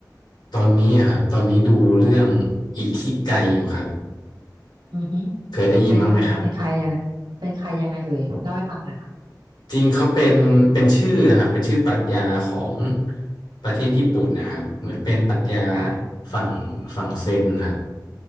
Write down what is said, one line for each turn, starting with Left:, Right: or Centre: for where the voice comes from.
Left: ตอนนี้อะครับตอนนี้ดูเรื่องอิคิไกอยู่ครับ
Right: อือฮึ
Left: เคยได้ยินบ้างไหมครับ
Right: เป็นเกเป็นใครยังไงเป็นใครยังไงเอ่ยเล่าให้ฟังหน่อยค่ะ
Left: จริงเขาเป็นเป็นชื่ออะครับเป็นชื่อปรัชญาของประเทศญี่ปุ่นนะครับเหมือนเป็นปรัชญา
Right: ค่ะ
Left: ฝั่งฝั่งเซนครับ